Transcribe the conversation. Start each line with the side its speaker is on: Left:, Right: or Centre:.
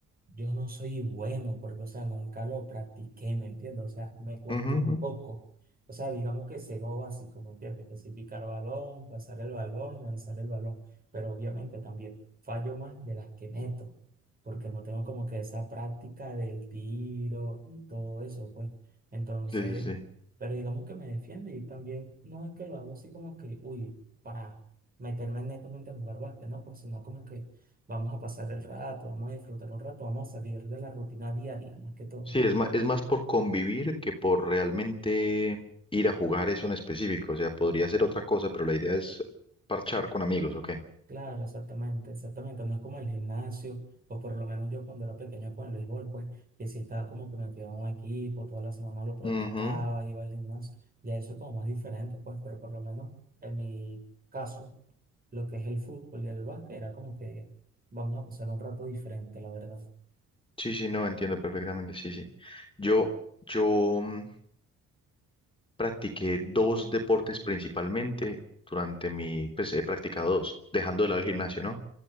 Right: yo no soy bueno porque, o sea, nunca lo practiqué, ¿me entiendes? O sea, me cuesta
Left: Ujú,
Right: un
Left: ujú.
Right: poco. O sea, digamos que sé lo básico, ¿me entiendes? Que si picar balón, pasar el balón, lanzar el balón. Pero obviamente también fallo más de las que meto, porque no tengo como que esa práctica del tiro y todo eso, pues. Entonces,
Left: Sí, sí, sí.
Right: pero digamos que me defiende y también no es que lo hago así como que, uy, para meterme netamente a jugar básquet, ¿no? Pues sino como que Vamos a pasar el rato, vamos a disfrutar un rato, vamos a salir de la rutina diaria más que todo.
Left: Sí, es más, es más por convivir que por realmente ir a jugar eso en específico. O sea, podría ser otra cosa, pero la idea es parchar con amigos, ¿ok?
Right: Claro, exactamente, exactamente. No es como el gimnasio, o por lo menos yo cuando era pequeño con el béisbol, pues, que si estaba como que metido en un equipo, toda la semana lo practicaba,
Left: Ujú.
Right: iba al gimnasio. Ya eso es como más diferente, pues, pero por lo menos en mi caso, lo que es el fútbol y el básquet era como que vamos a pasar un rato diferente, la verdad.
Left: Sí, sí, no, entiendo perfectamente, sí, sí. Yo, yo, mm, practiqué dos deportes principalmente durante mi, pues he practicado dos, dejando de lado el gimnasio, ¿no?